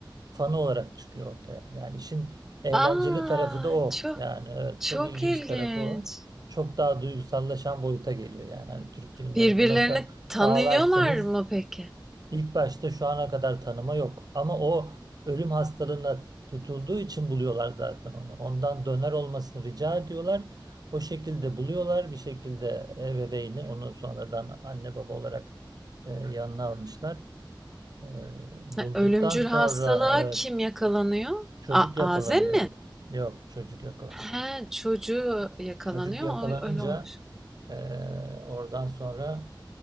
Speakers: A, on the right (about 50°); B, in the centre.
A: fanı olarak çıkıyor ortaya. Yani işin eğlenceli
B: Aa,
A: tarafı da o.
B: çok
A: Yani evet
B: çok
A: çok ilginç
B: ilginç.
A: tarafı o. Çok daha duygusallaşan boyuta geliyor. Yani hani Türk filmlerinde
B: Birbirlerini
A: nasıl
B: tanıyorlar
A: ağlarsınız
B: mı peki?
A: İlk başta şu ana kadar tanıma yok. Ama o ölüm hastalığına tutulduğu için buluyorlar zaten onu. Ondan döner olmasını rica ediyorlar. O şekilde buluyorlar. Bir şekilde ebeveyni onu sonradan anne baba olarak e, yanına almışlar. E,
B: Ha,
A: bulduktan
B: Ölümcül
A: sonra
B: hastalığa
A: evet,
B: kim yakalanıyor?
A: çocuk
B: A
A: yakalanıyor.
B: Azem mi?
A: Yok çocuk yakalanıyor.
B: He, çocuğu yakalanıyor.
A: Çocuk yakalanınca
B: O, öyle olur.
A: e, oradan sonra